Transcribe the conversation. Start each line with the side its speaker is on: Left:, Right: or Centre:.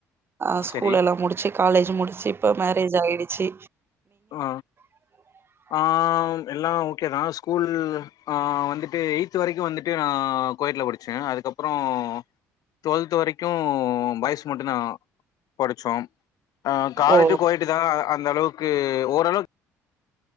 Right: ஆ ஸ்கூல்
Left: சரி
Right: எல்லா முடிச்சு காலேஜ் முடிச்சு இப்ப மேரேஜ் ஆயிடுச்சு
Left: ஆ
Right: உ
Left: ஆ எல்லா ஓகே தா ஸ்கூலு ஆ வந்துட்டு எயித் வரைக்கு வந்துட்டு நா கோயெட் ல படிச் ச்சே அதுக்கப்பறோ டுவெல்த் வரைக்கு பாய்ஸ் மட்டுந்தா படிச்சோ ஆ காலேஜ்
Right: ஓ
Left: போயெட்டு தா அந்தளவுக்கு ஓரளக்